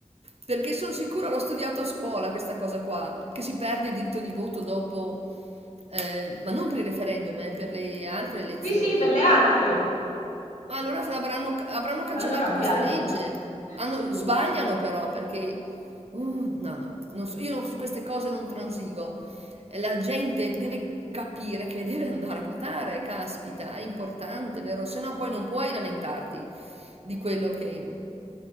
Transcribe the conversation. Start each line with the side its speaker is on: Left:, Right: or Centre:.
Right: Perché sono sicura, l'ho studiato a scuola questa cosa qua, che si perde il diritto di voto dopo, eh, ma non per il referendum, eh, per le altre elezioni.
Left: Sì, sì, per le altre.
Right: Ma allora se avranno, avranno cancellato
Left: L'hanno cambiato.
Right: questa legge? Hanno-
Left: Sì.
Right: sbagliano però perché... Uh, no, no, non so- io su queste cose non transigo. La gente deve capire che deve andare a votare, caspita, è importante, vero? Se no poi non puoi lamentarti di quello che